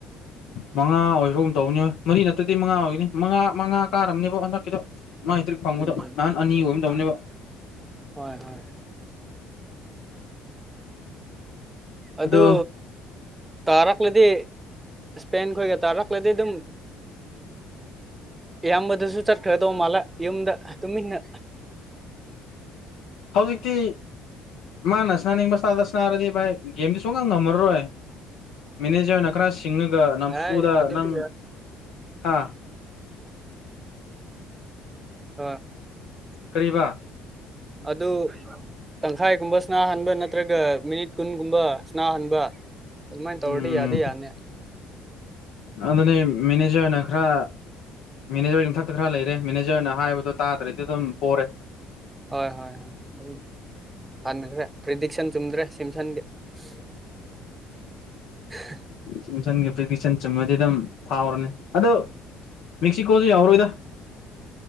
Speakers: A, on the left; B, on the right.
A: ꯃꯉꯥ ꯑꯣꯏꯈ꯭ꯔꯒꯨꯝ ꯇꯧꯕꯅꯦ ꯃꯔꯤ ꯅꯠꯇ꯭ꯔꯗꯤ ꯃꯉꯥ ꯑꯣꯏꯒꯅꯤ ꯃꯉꯥ ꯃꯉꯥ ꯀꯥꯔꯝꯅꯤꯕꯣ ꯍꯟꯗꯛꯀꯤꯗꯣ ꯃꯥ ꯍꯦꯇ꯭ꯔꯤꯛ ꯐꯪꯕꯗꯣ
B: ꯎꯝ <unintelligible>
A: ꯅꯍꯥꯟ ꯑꯅꯤ ꯑꯣꯏꯒꯨꯝ ꯇꯧꯕꯅꯦꯕ
B: ꯍꯣꯏ ꯍꯣꯏ ꯑꯗꯨ
A: ꯑꯗꯣ
B: ꯇꯥꯔꯛꯂꯗꯤ ꯁ꯭ꯄꯦꯟ ꯈꯣꯏꯒ ꯇꯥꯔꯛꯂꯗꯤ ꯑꯗꯨꯝ ꯏꯌꯥꯝꯕꯗꯨꯁꯨ ꯆꯠꯈ꯭ꯔꯗꯧ ꯃꯥꯜꯂꯦ ꯌꯨꯝꯗ ꯇꯨꯃꯤꯟꯅ
A: ꯍꯧꯖꯤꯛꯇꯤ ꯃꯥꯅ ꯁꯅꯥꯅꯤꯡꯕ ꯁ꯭ꯇꯥꯏꯜꯗ ꯁꯥꯟꯅꯔꯗꯤ ꯚꯥꯏ ꯒꯦꯝꯗꯤ ꯁꯨꯡꯉꯝ ꯉꯝꯃꯔꯣꯏ ꯃꯦꯅꯦꯖꯔ ꯅ ꯀ꯭ꯔꯥꯁ ꯆꯤꯡꯉꯒ ꯅꯝꯐꯨꯗ
B: ꯍꯥꯏ ꯑꯗꯨꯗꯤ
A: ꯅꯪ ꯍꯥ
B: ꯑ
A: ꯀꯔꯤꯕ
B: ꯑꯗꯨ ꯇꯪꯈꯥꯏꯒꯨꯝꯕ ꯁꯅꯥꯍꯟꯕ ꯅꯠꯇ꯭ꯔꯒ ꯃꯤꯅꯤꯠ ꯀꯨꯟꯒꯨꯝꯕ ꯁꯅꯥꯍꯟꯕ ꯑꯗꯨꯃꯥꯏꯅ ꯇꯧꯔꯗꯤ
A: ꯎꯝ
B: ꯌꯥꯗꯤ ꯌꯥꯅꯤ
A: ꯑꯗꯨꯅꯦ ꯃꯦꯅꯦꯖꯔ ꯅ ꯈ꯭ꯔ ꯃꯦꯅꯦꯖꯔꯒꯤ ꯃꯊꯛꯇ ꯈꯔ ꯂꯩꯔꯦ ꯃꯦꯅꯦꯖꯔꯅ ꯍꯥꯏꯕꯗꯣ ꯇꯥꯗ꯭ꯔꯗꯤ ꯑꯗꯨꯝ ꯄꯣꯔꯦ
B: ꯍꯣꯏ ꯍꯣꯏ ꯍꯣꯏ ꯑꯗꯨꯝ ꯍꯟꯈ꯭ꯔꯦ ꯄ꯭ꯔꯤꯗꯤꯛꯁꯟ ꯆꯨꯝꯗ꯭ꯔꯦ <unintelligible>
A: ꯁꯨꯝꯁꯟꯒꯤ ꯄ꯭ꯔꯦꯗꯤꯛꯁꯟ ꯆꯨꯝꯃꯗꯤ ꯑꯗꯨꯝ ꯐꯥꯎꯔꯅꯤ ꯑꯗꯣ ꯃꯦꯛꯁꯤꯀꯣꯗꯣ ꯌꯥꯎꯔꯣꯏꯗ